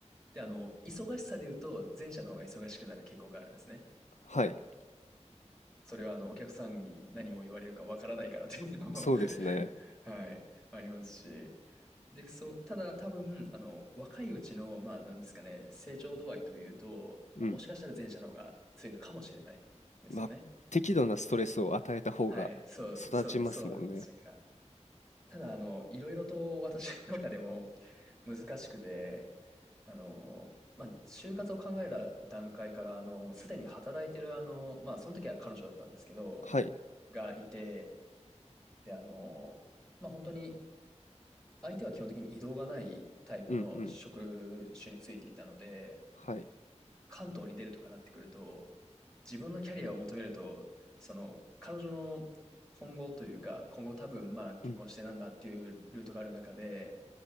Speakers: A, in the centre; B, on the left.
A: で、あの、忙しさで言うと、前者の方が忙しくなる傾向があるんですね。
B: はい。
A: それは、あの、お客さんに何を言われるかわからないからっていうのも
B: そうですね。
A: <laughs> はい、ありますし。で、そう、ただ多分、あの、若いうちの、まあ、なんですかね、成長度合いというと、
B: うん。
A: まあ、もしかしたら前者の方が強いのかもしれないですよね。
B: まあ、適度なストレスを与えた方が育ちますもんね。
A: はい、そう、そう、そうなんですか。ただ、あの、いろいろと私の中でも難しくて、あの、まあ、就活を考える段階から、あの、すでに働いてる、あの、まあ、その時は彼女だったんですけど、
B: はい。
A: がいて、で、あの、まあ、本当に、相手は基本的に移動がないタイプの職種についていたので、
B: うんうん。はい。
A: 関東に出るとかなってくると、自分のキャリアを求めると、その、彼女の今後というか、今後多分、まあ、結婚してなんだっていうルートがある中で、
B: うん。